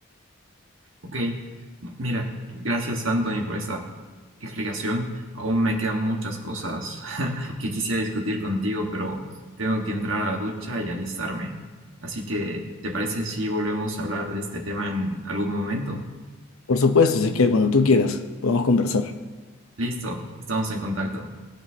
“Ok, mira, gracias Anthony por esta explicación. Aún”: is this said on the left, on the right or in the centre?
Right